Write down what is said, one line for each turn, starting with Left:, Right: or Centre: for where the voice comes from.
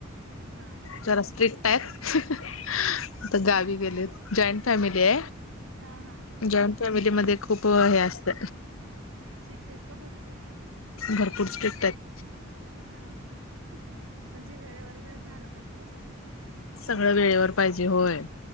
Right: हा हा
Left: जरा स्ट्रिक्ट आहेत,
Right: हा
Left: आता गावी गेलेतं जॉईंट फॅमिली
Right: हा हा
Left: जॉईंट फॅमिली मध्ये खूप हे असत
Right: स्ट्रिक्ट आहेत का भरपूर?
Left: भरपूरच पिटतात.
Right: हा हा म्हणजे वेळेवर झालं पाहिजे का सगळं.
Left: सगळं वेळेवर पाहिजे होय